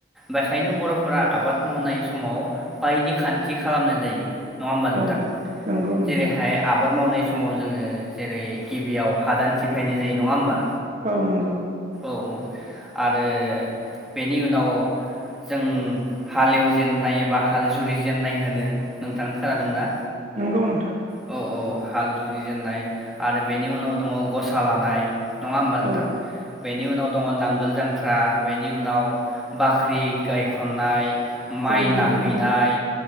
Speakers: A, in the centre; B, on the right (about 40°).
A: बेखायनो बर'फोरा आबाद मावनाय समाव बायदि खान्थि खालामनाय जायो। नङा होमबा नोंथां
B: औ नंगौ नोंथां
A: जेरैहाय आबाद मावनाय समाव जोङो जेरै गिबियाव हादान सिफायनाय जायो नङा होमबा?
B: औ नंगौ
A: औ आरो बेनि उनाव जों हालएवजेननाय एबा हाल जुरि जेननाय होनो, नोंथां खोनादोंना?
B: नंगौ नोंथां।
A: औ औ हाल जुरिजेननाय आरो बेनि उनाव दङ गसा लानाय नङा होमबा नोंथां
B: औ
A: बेनि उनाव दङ नांगोल जांख्रा बेनि उनाव बाख्रि गायखननाय। माइ
B: औ नंगौ
A: नाहैनाय
B: नोंथां